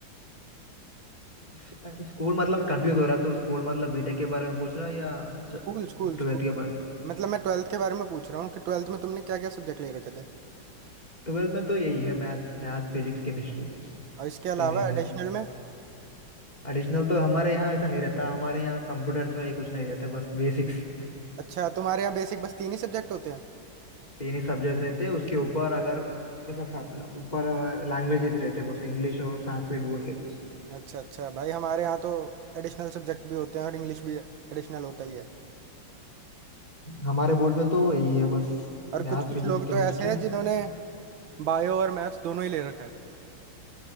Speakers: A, on the left; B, on the right.
A: स- अरे स्कूल मतलब मैं कंफ्यूज हो रहा तो स्कूल मतलब बीटेक के बारे में पूछ रहा है या ट्वेल्थ
B: स्कूल स्कूल स्कूल
A: के बारे
B: मतलब मैं ट्वेल्थ के बारे में पूछ रहा हूँ कि ट्वेल्थ में तुमने क्या क्या सब्जेक्ट ले रखे थे
A: ट्वेल्थ में तो यही है मैथ्स मैथ्स फिजिक्स केमिस्ट्री बस
B: और इसके अलावा
A: तीन ही थे
B: एडिशनल में
A: एडिशनल तो हमारे यहाँ ऐसा नहीं रहता हमारे यहाँ कंप्यूटर्स वगैरह कुछ नहीं रहते बस बेसिक्स
B: अच्छा तुम्हारे यहाँ बेसिक बस तीन ही सब्जेक्ट होते हैं
A: तीन ही सब्जेक्ट रहते उसके ऊपर अगर ऐसा सा- ना, ऊपर लैंग्वेजेस रहते बस इंग्लिश और संस्कृत बोल के कुछ
B: अच्छा अच्छा भाई हमारे यहाँ तो एडिशनल सब्जेक्ट भी होते हैं और इंग्लिश भी एडिशनल होता ही है
A: हमारे बोर्ड में तो यही है बस
B: और कुछ
A: मैथ्स
B: कुछ
A: फिजिक्स
B: लोग
A: केमिस्ट्री
B: तो ऐसे हैं जिन्होंने बायो और मैथ दोनों ही ले रखा है